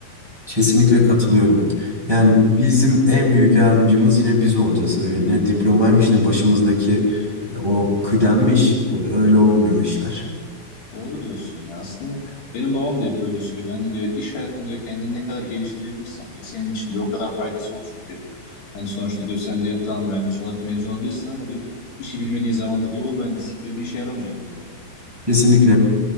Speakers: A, in the centre; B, on the left (about 65°).
A: Kesinlikle katılıyorum. Yani bizim en büyük yardımcımız yine biz olacağız. Öyle ne diplomaymış ne başımızdaki e, o kıdemmiş. O, öyle olmuyor işler.
B: Doğru diyorsun ya. Aslında benim babam da böyle söylüyor. Hani diyor iş hayatında diyor kendini ne kadar geliştirebilirsen diyor. Senin için diyor o kadar faydası olacak diyor. Hani sonuçta diyor sen diyor tamam mühendis olarak mezun olabilirsin ama diyor işi bilmediğin zaman da diyor o mühendislik diyor bir işe yaramayacak diyor.
A: Kesinlikle.